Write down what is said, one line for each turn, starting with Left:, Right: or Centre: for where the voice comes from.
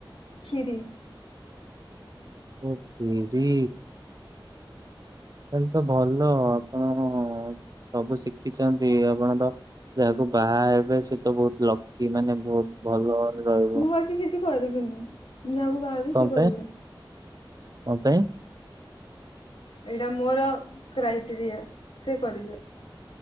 Left: ଖିରି।
Right: ଓ ଖିରି। ତ ଭଲ ଆପଣ ସବୁ ଶିଖିଛନ୍ତି ଆପଣତ ଯାହାକୁ ବାହା ହେବେ ସେ ତ ବହୁତ ଲକି ମାନେ ବହୁତ ଭଲଘରେ ରହିବେ
Left: ମୁଁ ବାକି କିଛି କରିବିନି ମୁଁ ଯାହାକୁ ବାହା ହେବି
Right: କଣ
Left: ସେ କରିବ।
Right: ପାଇଁ କଣ ପାଇଁ।
Left: ଏଇଟା ମୋର କ୍ରାଇଟେରିଆ ସେ କରିବେ